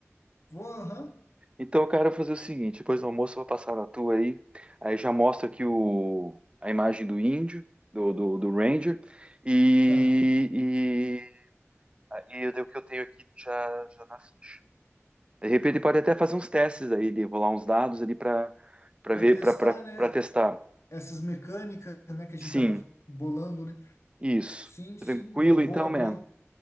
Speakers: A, on the left; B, on the right.
A: Vou, aham,
B: Então, cara, eu vou fazer o seguinte, depois do almoço eu vou passar na tua aí, aí já mostra aqui o, a imagem do índio, do, do, do Ranger, e,
A: tá.
B: e Ah, E eu dei o que eu tenho aqui já, já na ficha. De repente pode até fazer uns testes aí, de rolar uns dados ali para para
A: Para
B: ver,
A: testar,
B: para
A: né,
B: testar.
A: essas mecânicas, né, que a gente
B: Sim,
A: tava bolando, né?
B: isso.
A: Sim, sim,
B: Tranquilo
A: bo-
B: então,
A: boa,
B: man.
A: boa.